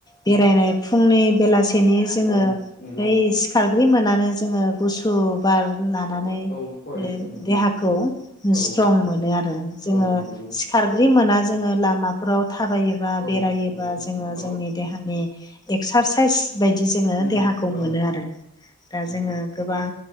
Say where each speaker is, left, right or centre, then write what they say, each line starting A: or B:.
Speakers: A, on the left; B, on the left.
A: बेरायनाय फुंनि बेलासि खेनि जोङो
B: औ नंगौ
A: बै सिखारग्रो मोनानो जोङो गुस बार लानानै
B: औ हय
A: ओ
B: बिथ' नंगौ
A: देहाखौ
B: औ
A: सित्रं मोन आरो जोङो
B: औ नंगौ
A: खारग्रि मोना जोङो लामाफोराव थाबायोबा
B: औ
A: बेरायोबा
B: नंगौ
A: जोङो
B: औ
A: जोंनि देहानि एक्सारसाइस बायदि जोङो
B: उम
A: देहाखौ
B: औ
A: मोनो आरो दा
B: नंगौ
A: जोङो गोबां